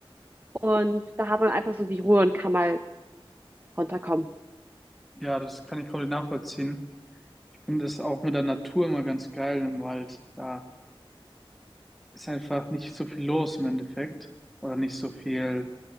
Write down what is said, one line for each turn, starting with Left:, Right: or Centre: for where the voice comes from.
Right: und da hat man einfach so die Ruhe und kann mal runterkommen.
Centre: Ja, das kann ich komplett nachvollziehen. finde das auch mit der Natur immer ganz geil im Wald. Da ist einfach nicht so viel los im Endeffekt oder nicht so viel